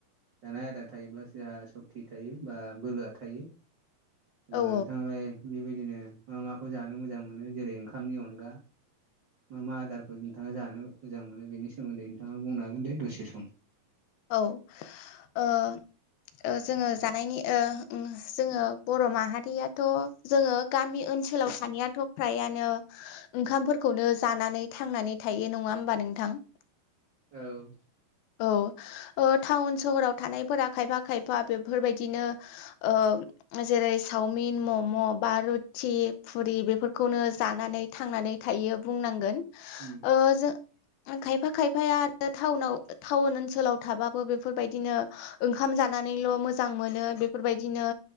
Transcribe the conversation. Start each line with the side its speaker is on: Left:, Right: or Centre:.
Right: जानाय आदार थायोब्ला जोहा सक्ति थायो बा बोलोआ थायो होमब्ला
Left: औ
Right: नोंथां बे बेबायदिनो मा माखौ जानो मोजां मोनो जेरै ओंखामनि अनगा मा मा आदारखौ नोंथाङा जानो मोजां मोनो बेनि सोमोन्दै नोंथाङा बुंनो हागोन दे दसे सम
Left: औ ओ ओ जोङो जानायनि जोङो बर' माहारियाथ' जोङो गामि ओनसोलाव थानायाथ' फ्रायानो ओंखामफोरखौनो जानानै थांनानै थायो नङा होमबा नोंथां
Right: औ
Left: औ ओ टाउन सोहराव थानायफोरा खायफा खायफा बेफोरबायदिनो ओम जेरै सावमिन मम' बा रुथि फुरि बेफोरखौनो जानानै थांनानै थायो बुंनांगोन
Right: उम
Left: ओ जों खायफा खायफाया आरो थाउनाव थाउन ओनसोलाव थाबाबो बेफोरबायदिनो ओंखाम जानानैल' मोजां मोनो बेफोरबायदिनो